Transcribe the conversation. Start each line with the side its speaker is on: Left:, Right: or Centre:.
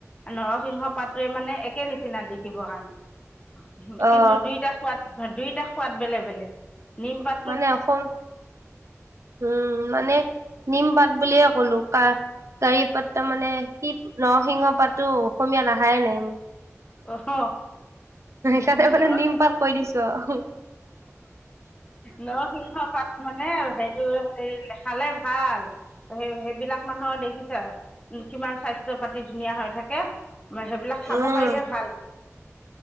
Left: নৰসিংহ পাতটোৱে মানে একে নিচিনা দেখিবৰ কাৰণে। উম,
Right: অ
Left: কিন্তু দুইটা সোৱাদ, দুইটা সোৱাদ বেলেগ বেলেগ নীম পাত
Right: মানে অসম উম, মানে নীমপাত বুলিয়ে ক'লো কা কাৰি পাত্তা মানে কি নৰসিংহ পাততো অসমীয়াত আহাই নাই মোৰ।
Left: অহ'। নহয়
Right: সেইকাৰণে মানে
Left: নহয়
Right: নিম পাত কৈ দিছো আৰু
Left: নৰসিংহ তাত মানে সেইটো নেখালে ভাল। সেই সেইবিলাক মানুহৰ দেখিছে উম, কিমান স্বাস্থ্য পাতি ধুনীয়া হৈ থাকে। সেইবিলাক খাব
Right: উম
Left: পাৰিলে ভাল,